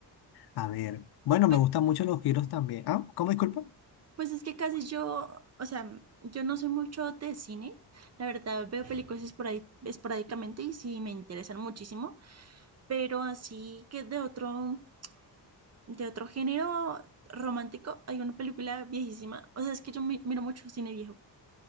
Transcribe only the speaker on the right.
Pues,
pues es que casi yo, o sea, yo no soy mucho de cine. La verdad, veo películas esporádi- esporádicamente y sí me interesan muchísimo. Pero así que de otro, de otro género romántico, hay una película viejísima. O sea, es que yo mi- miro mucho cine viejo.